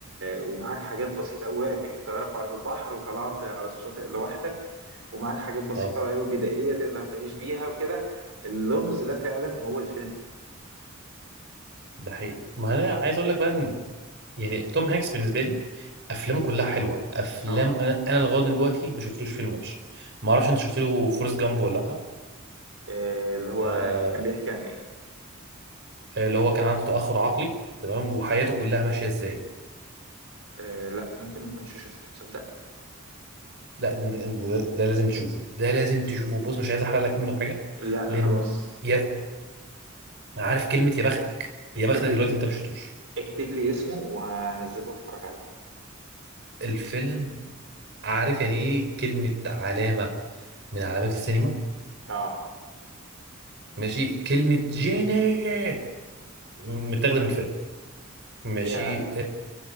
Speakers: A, on the right (about 75°); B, on the right (about 55°).
A: ومعاك حاجات بسيطه قوي وقعت بيك الطياره في عرض البحر وطلعت على الشاطئ لوحدك ومعاك حاجات بسيطه
B: اه
A: قوي بدائيه تقدر تعيش بيها وكده اللغز ده فعلا هو الفيلم
B: ده حقيقي ما انا عايز اقول لك بقى إن يعني توم هانكس بالنسبه لي افلامه كلها حلوه افلام
A: اه
B: انا انا لغايه دلوقتي ما شفتلوش فيلم وحش ما اعرفش انت شفت له فورست جامب ولا لا
A: آه، اللي هو
B: آه
A: آه، كان بيحكي عن ايه
B: اللي هو كان عنده تاخر عقلي تمام وحياته كلها ماشيه ازاي
A: آه، لا ممكن ما كنتش شفته تصدق
B: لا ده, ده, ده لازم تشوفه ده لازم تشوفه بص مش عايز احرق لك منه حاجه
A: لا
B: لان
A: خلاص
B: يا عارف كلمه يا بختك يا
A: اكتب
B: بختك
A: لي
B: دلوقتي انت ما شفتوش
A: اكتب لي اسمه وهنزله واتفرج عليه
B: الفيلم عارف يعني ايه كلمه علامه من علامات السينما
A: اه
B: ماشي كلمه جيني متاخده من الفيلم ماشي
A: يا